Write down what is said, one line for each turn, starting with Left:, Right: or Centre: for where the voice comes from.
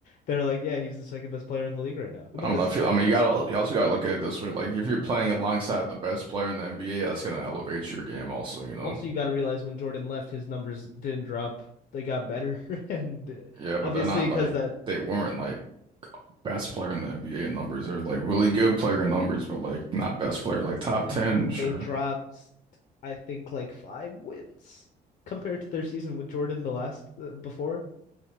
Left: they're like, yeah, he's the second best player in the league right now. Because
Right: I'm not feel I mean you gotta you also gotta look at it this way. Like if you're playing alongside the best player in the NBA, that's gonna elevate your game also, you know.
Left: also you got to realize when Jordan left, his numbers didn't drop. They got better, <laughs> and uh,
Right: Yeah,
Left: obviously
Right: but they're not
Left: because
Right: like
Left: that.
Right: they weren't like best player in the NBA in numbers. They're like really good player in numbers, but like not best player. Like top
Left: I
Right: 10,
Left: mean,
Right: sure.
Left: they dropped. I think like five wins compared to their season with Jordan the last uh, before.